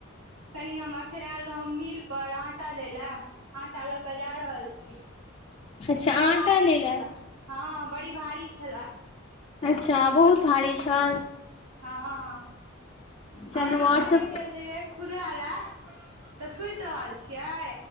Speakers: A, on the right; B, on the left.
A: कनि हम अखन आयल रहौ मिल पर आटा लै लए आटा लऽ के जा रहल छी
B: <inaudible>
A: बड़ी भारी
B: आटा लेलए
A: छला हँ बड़ी भारी छले
B: अच्छा बहुत भारी छल?
A: हँ
B: चलू
A: आओर अहाँ
B: और
A: जे
B: सब
A: गेल रहियै खुदरा लए तऽ सुइत रहल छियै?